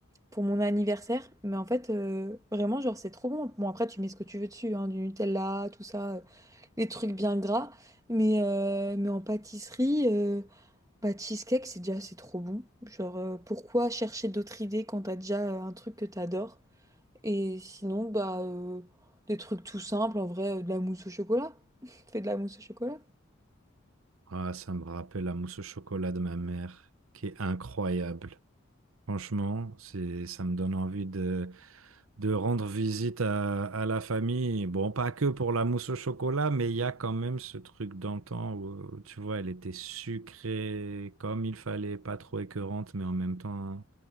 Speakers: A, on the right (about 15°); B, on the right (about 80°).
A: pour mon anniversaire. Mais en fait, euh, vraiment, genre, c'est trop bon. Bon, après, tu mets ce que tu veux dessus, hein, du Nutella, tout ça les trucs bien gras. Mais, euh, mais en pâtisserie, euh, bah, cheesecake, c'est déjà c'est trop bon. Genre, euh, pourquoi chercher d'autres idées quand t'as déjà euh, un truc que t'adores? Et sinon, bah, euh, des trucs tout simples, en vrai, euh, de la mousse au chocolat. <laughs> Fais de la mousse au chocolat.
B: Ah, ça me rappelle la mousse au chocolat de ma mère, qui est incroyable. Franchement, c'est, ça me donne envie de. de rendre visite à, à la famille. Bon, pas que pour la mousse au chocolat, mais il y a quand même ce truc d'antan où, tu vois, elle était sucrée comme il fallait, pas trop écœurante, mais en même temps